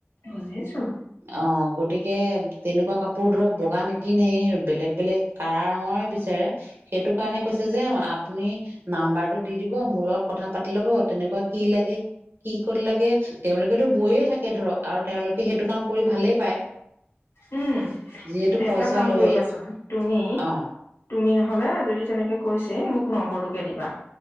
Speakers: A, on the left; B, on the right.
A: বুজিছোঁ।
B: অ', গতিকে, তেনেকুৱা কাপোৰ ধৰক বগা নিপিন্ধে এই বেলেগ, বেলেগ কাৰা ৰঙৰে বিচাৰে, সেইটো কাৰণে কৈছে যে, আপুনি নাম্বাৰটো দি দিব মোৰ লগত কথা পাতি ল'ব, তেনেকুৱা কি লাগে কি ক'ত লাগে তেওঁলোকেতো বয়ে থাকে ধৰক আৰু তেওঁলোকে সেইটো কাম কৰি ভালে পায়।
A: উম,
B: যিহেতু
A: এটা
B: পইচা
A: কাম
B: লয়েই
A: কৰিবাচোন, তুমি
B: অ
A: তুমি নহ'লে যদি তেনেকে কৈছেই মোক নম্বৰটোকে দিবা।